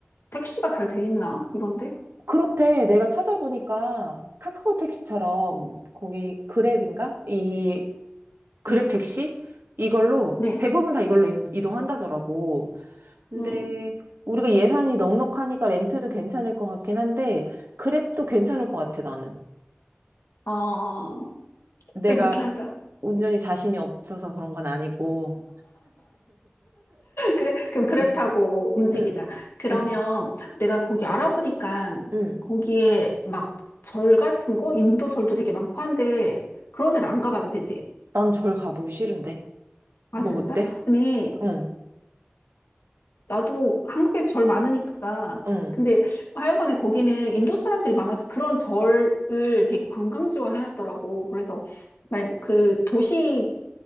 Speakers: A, on the left; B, on the right.
A: 택시가 잘 돼 있나? 이런데?
B: 그렇대. 내가 찾아보니까 카카오 택시처럼 거기 그랩인가? 이 그랩
A: 응,
B: 택시? 이걸로
A: 네,
B: 대부분 다 이걸로 인- 이동한다더라고. 근데
A: 응,
B: 우리가 예산이 넉넉하니까 렌트도 괜찮을 것 같긴 한데 그랩도 괜찮을 것 같아, 나는.
A: 어,
B: 내가
A: 그래, 그렇게 하자.
B: 운전이 자신이 없어서 그런 건 아니고.
A: 그래, 그럼 그랩
B: 응,
A: 타고 움직이자.
B: 응,
A: 그러면
B: 응,
A: 내가 거기 알아보니까
B: 응.
A: 거기에 막 절 같은 거, 인도 절도 되게 많고 한데 그런 데는 안 가봐도 되지.
B: 난 절 가보기 싫은데.
A: 아,
B: 너
A: 진짜?
B: 어때?
A: 아니,
B: 응,
A: 나도 한국에도 절 많으니까.
B: 응,
A: 근데 하여간에 거기는 인도 사람들이 많아서 그런 절을 되게 관광지화 해놨더라고. 그래서 만약 그 도시에